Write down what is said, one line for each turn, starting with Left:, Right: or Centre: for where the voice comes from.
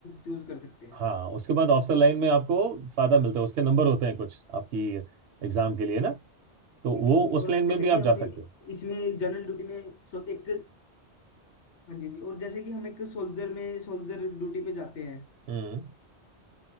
Left: चूज कर सकते हैं
Right: हाँ उसके बाद ऑफिसर लाइन में आपको फायदा मिलता है उसके नंबर होते हैं कुछ आपकी एग्जाम के लिए ना तो
Left: ठीक
Right: वो
Left: है अंकल जी
Right: उस
Left: और
Right: लाइन में
Left: जैसे
Right: भी आप
Left: कि हम
Right: जा सकते
Left: इसमें
Right: हो
Left: जनरल ड्यूटी में सो- एक हाँ जी जी और जैसे कि हम एक सोल्जर में सोल्जर ड्यूटी पे जाते हैं
Right: हम्म